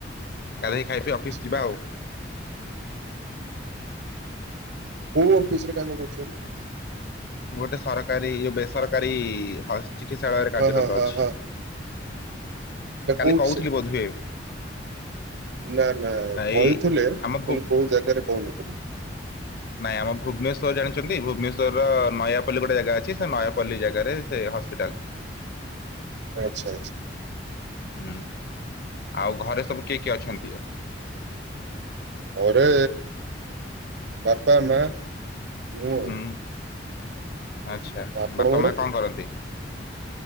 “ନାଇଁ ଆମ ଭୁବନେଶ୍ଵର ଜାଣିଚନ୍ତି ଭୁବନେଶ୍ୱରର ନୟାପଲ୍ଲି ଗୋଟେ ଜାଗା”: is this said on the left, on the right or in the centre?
Left